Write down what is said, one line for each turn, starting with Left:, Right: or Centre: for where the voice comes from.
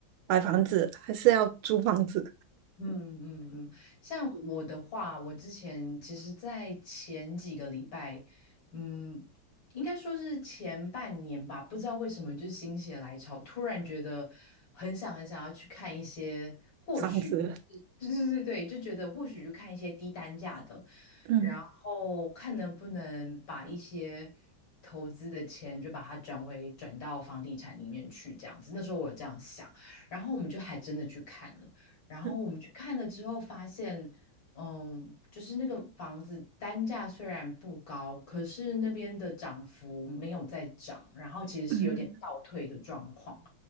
Right: 买房子还是要租房子，
Left: 嗯嗯嗯，像我的话，我之前其实，在前几个礼拜，嗯，应该说是前半年吧，不知道为什么就是心血来潮，突然觉得很想很想要去看一些，或许是，
Right: 房子，
Left: 对对对对，就觉得或许就看一些低单价的，
Right: 嗯
Left: 然后看能不能把一些投资的钱就把它转回转到房地产里面去，这样子。那时候我这样想，然后我们就还真的去看了。然后我们去看了之后发现，
Right: 嗯
Left: 嗯，就是那个房子单价虽然不高，可是那边的涨幅没有在涨，然后其实是有点倒退的状况。
Right: 嗯。嗯